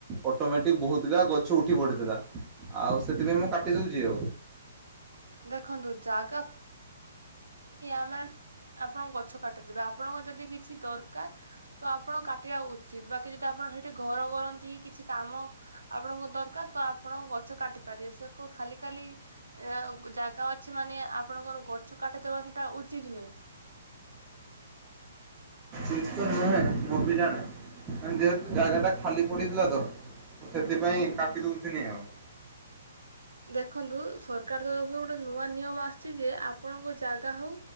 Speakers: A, on the right; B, on the right.
A: ଅଟୋମେଟିକ ବହୁତ ଗା ଗଛ ଉଠି ପଡିଥିଲା ଆଉ ସେଥିପାଇଁ ମୁଁ କାଟି ଦଉଛି ଆଉ।
B: ଦେଖନ୍ତୁ ଜାଗା ଆମେ ଆପଣଙ୍କ ଗଛ କାଟିଦେବେ ଆପଣଙ୍କ ଯଦି କିଛି ଦରକାର ତ ଆପଣ କାଟିବା ଉଚିତ ବାକି ଯଦି ଆପଣ ସେଇଠି ଘର କରନ୍ତି କି କିଛି କାମ ଆପଣଙ୍କ ଦରକାର ତ ଆପଣ ଗଛ କାଟି ପାରିବେ ସେ ଖାଲି ଖାଲି ଏ ଜାଗା ଅଛି ମାନେ ଆପଣଙ୍କର ଗଛ କାଟିଦେବା ସେଟା ଉଚିତ ନୁହେଁ।
A: ଉଚିତ୍ ନୁହେଁ ମୁଁ ବି ଜାଣେ ଯେହେତୁ ଜାଗା ଟା ଖାଲି ପଡିଥିଲା ତ ମୁଁ ସେଥିପାଇଁ କାଟି ଦଉଥିନି ଆଉ।
B: ଦେଖନ୍ତୁ ସରକାର ତରଫରୁ ଗୋଟେ ନୂଆ ନିୟମ ଆସିଛି ଯେ ଆପଣଙ୍କ ଜାଗା ହଉ